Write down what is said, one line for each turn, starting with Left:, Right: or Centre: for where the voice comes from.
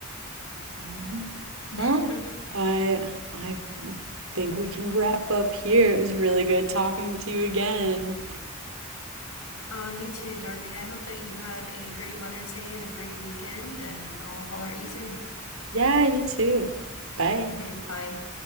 Right: Um,
Left: <laughs>
Right: well, I I think we can wrap up here. It was really good talking to you again.
Left: Uh, you too, Darby. I hope that you have a great Mother's Day and a great weekend, and I'll holler at you soon.
Right: Yeah, you too. Bye.
Left: <laughs> Bye.